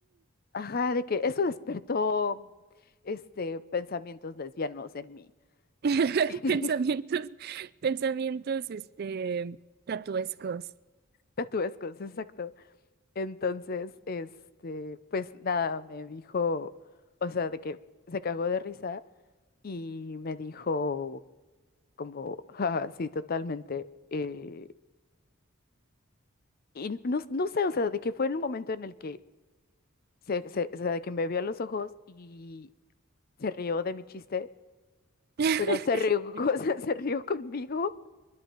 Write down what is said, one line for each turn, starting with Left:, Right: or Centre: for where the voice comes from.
Left: ajá, de que eso despertó este pensamientos lesbianos en mí.
Right: <laughs>
Left: <laughs>
Right: Pensamientos, pensamientos, este, tatuescos.
Left: Tatuescos, exacto. Entonces, este, pues nada, me dijo, o sea, de que se cagó de risa y me dijo como, "Ja, sí, totalmente. eh, y no, no sé, o sea, de que fue en un momento en el que se, se- o sea, de que me vio a los ojos y se rió de mi chiste,
Right: <laughs>
Left: pero se rió, <laughs> o sea, se rió conmigo.